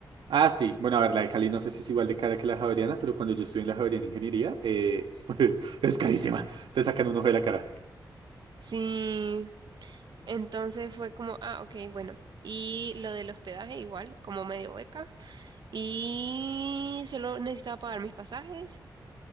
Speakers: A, on the right; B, on the right.
A: Ah, sí. Bueno, a ver, la de Cali no sé si es igual de cara que la Javeriana, pero cuando yo estuve en la Javeriana Ingeniería, eh, <laughs> es carísima. Te sacan un ojo de la cara.
B: Sí, Entonces fue como, ah, ok, bueno. Y lo del hospedaje igual, como medio beca. Y solo necesitaba pagar mis pasajes